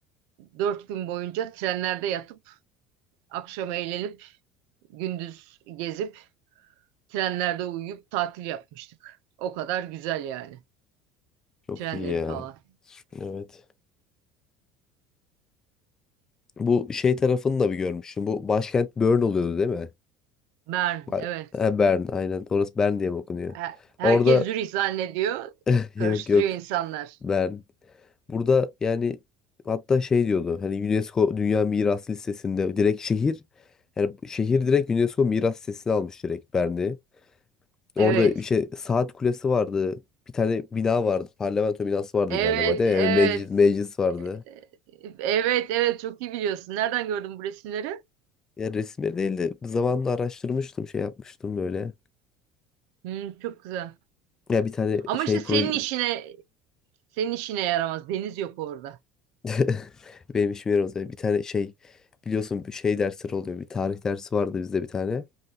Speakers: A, on the right (about 60°); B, on the left (about 25°).
A: dört gün boyunca trenlerde yatıp akşam eğlenip gündüz gezip trenlerde uyuyup tatil yapmıştık. O kadar güzel yani.
B: Çok
A: Trenleri
B: iyi ya.
A: falan.
B: Evet. Bu şey tarafını da bir görmüştüm. Bu başkent Bern oluyordu değil mi?
A: Bern,
B: Ba-
A: evet.
B: Ha, Bern aynen. Orası Bern diye mi okunuyor?
A: Her- herkes
B: Orada
A: Zürih zannediyor.
B: <laughs> yok
A: Karıştırıyor
B: yok
A: insanlar.
B: Bern. Burada yani hatta şey diyordu hani UNESCO Dünya Miras Listesi'nde direkt şehir yani şehir direkt UNESCO Miras Listesi'ne almış direkt Bern'i. Orada
A: Evet.
B: işte saat kulesi vardı. Bir tane bina vardı. Parlamento binası vardı
A: Evet,
B: galiba değil
A: evet.
B: mi? Yani meclis, meclis vardı.
A: Ee, Evet, evet çok iyi biliyorsun. Nereden gördün bu resimleri?
B: Ya resimleri değil de zamanla araştırmıştım şey yapmıştım böyle.
A: Hmm, çok güzel.
B: Ya bir tane
A: Ama
B: şey
A: işte senin
B: proje
A: işine senin işine yaramaz. Deniz yok orada.
B: <laughs> benim işim yerimiz Bir tane şey biliyorsun bir şey dersleri oluyor. Bir tarih dersi vardı bizde bir tane.